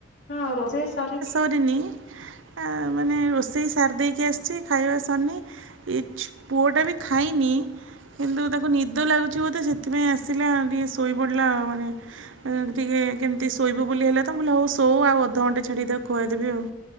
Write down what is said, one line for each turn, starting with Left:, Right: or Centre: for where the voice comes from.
Left: ହଁ ରୋଷେଇ ସାରିକି
Right: କରିନି ଆ ମାନେ ରୋଷେଇ ସାରି ଦେଇକି ଆସିଛି ଖାଇବା ସରିନି। ଏ ଛୁ ପୁଅଟା ବି ଖାଇନି। କିନ୍ତୁ ତାକୁ ନିଦ ଲାଗୁଛି ବୋଧେ ସେଥିପାଇଁ ଆସିଲା ଟିକେ ଶୋଇପଡ଼ିଲା ଆଉ ମାନେ <unintelligible> ଟିକେ କେମିତି ଶୋଇବୁ ବୋଲି ହେଲା ତ ମୁଁ କହିଲି ହଉ ଶୋ ଆଉ ଅଧଘଣ୍ଟେ ଛାଡିକି ଖୁଆଇଦେବି ଆଉ।